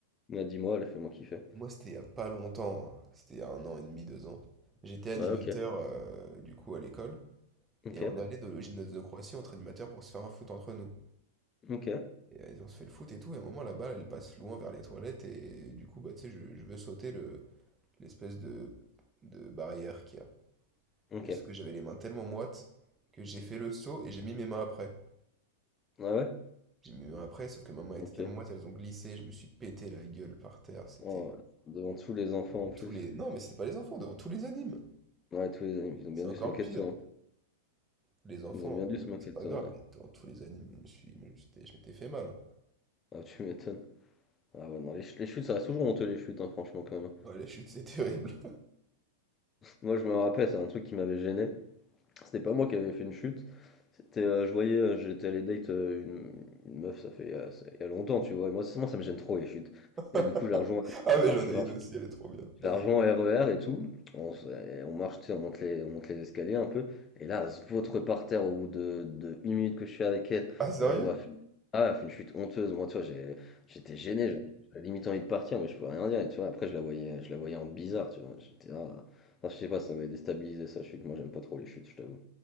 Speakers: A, on the left; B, on the right.
A: On a dit, moi, elle a fait moi kiffer.
B: Moi, c'était il y a pas longtemps, hein. C'était il y a un an et demi, deux ans. J'étais animateur,
A: Ouais, ok,
B: euh, du coup, à l'école.
A: ok,
B: Et on est allé de- au gymnase de Croatie entre animateurs pour se faire un foot entre nous.
A: ok,
B: Et euh, on se fait le foot et tout, et à un moment la balle elle passe loin vers les toilettes et du coup bah tu sais je, je veux sauter le l'espèce de, de barrière qu'il y a.
A: ok.
B: Et sauf que j'avais les mains tellement moites que j'ai fait le saut et j'ai mis mes mains après.
A: Ouais, ouais.
B: J'ai mis mes mains après, sauf que mes mains étaient
A: Ok.
B: tellement moite elles ont glissé, je me suis pété la gueule par terre, c'était
A: Oh, ouais. devant tous les enfants
B: devant
A: en
B: tous
A: plus.
B: les. Non mais c'était pas les enfants, devant tous les animes.
A: Ouais, tous les animes, ils ont bien
B: C'est encore
A: dû se moquer
B: pire.
A: de toi. hein.
B: Les enfants,
A: Ils ont bien dû
B: euh,
A: se moquer
B: c'est pas
A: de toi,
B: grave,
A: ouais.
B: mais devant tous les animes, je me suis. mais je m'étais je m'étais fait mal. hein.
A: Ah, tu m'étonnes. Ah ouais, non, les, ch- les chutes, ça reste toujours honteux, les chutes, hein, franchement, quand même.
B: Ouais, la chute, c'est <laughs> terrible.
A: Moi, je me rappelle, c'est un truc qui m'avait gêné. C'était pas moi qui avais fait une chute. C'était, euh, je voyais, euh, j'étais allé date euh, une, une meuf, ça fait euh, ça- il y a longtemps, tu vois. Et moi, c'est- moi, ça me gêne trop, les chutes.
B: <laughs>
A: Et du coup, je la rejoins,
B: Ah
A: je
B: mais
A: la,
B: j'en
A: Je
B: ai une aussi, elle est trop bien. Vas-y.
A: la rejoins au RER et tout. On, se- et on marche, tu sais, on monte les, on monte les escaliers un peu. Et là, elle se vautre par terre au bout de, de une minute que je suis avec elle.
B: Ah sérieux?
A: Moi, je vois, elle fait une- ah, ouais, elle fait une chute honteuse. Moi, tu vois, j'ai- j'étais gêné. genre, J'avais limite envie de partir, mais je pouvais rien dire. Et tu vois, après, je la voyais, je la voyais en bizarre, tu vois. J'étais, ah. Enfin, je sais pas, ça m'avait déstabilisé sa chute. Moi, j'aime pas trop les chutes, je t'avoue.